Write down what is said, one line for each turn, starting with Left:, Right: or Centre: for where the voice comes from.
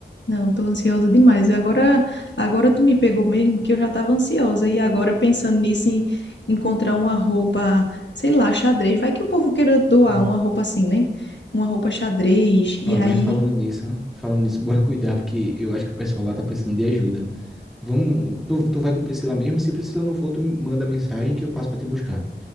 Left: Não, tô ansiosa demais. Agora, agora tu me pegou mesmo, que eu já tava ansiosa. E agora, pensando nisso, em encontrar uma roupa, sei lá, xadrez. Vai que o povo queira doar
Centre: Uhum.
Left: uma roupa assim, né? Uma roupa xadrez. E
Centre: Ó,
Left: aí,
Centre: mas falando nisso, falando nisso, bora cuidar, porque eu acho que o pessoal lá tá precisando de ajuda. Vamos, tu, tu vai com Priscila mesmo? Se Priscila não for, tu me manda mensagem que eu passo para te buscar.